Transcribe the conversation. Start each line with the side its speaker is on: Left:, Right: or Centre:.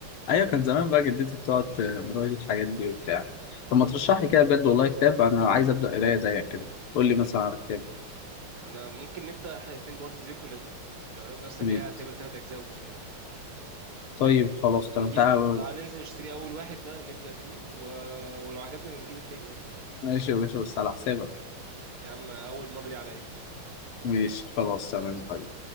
Left: أيوة كان زمان بقى جدتي بتقعد تقرا لي الحاجات دي وبتاع طب ما ترشح لي كده بجد والله كتاب أنا عايز أبدأ قراية زيك كده قول لي مثلا على كتاب
Right: انا ممكن نبدا احنا الاتنين برضه زي كلها دي تمام مثلا
Left: ماشي
Right: ليها تقريبا تلات اجزاء وجزئين
Left: طيب خلاص
Right: نجيب
Left: تمام تعالى
Right: تعال ننزل نشتري اول واحد ده نبدا فيه و... ولو عجبني بنجيب التاني يعني
Left: ماشي يا باشا بس على حسابك
Right: يا عم اول مره دي عليا
Left: ماشي خلاص تمام طيب.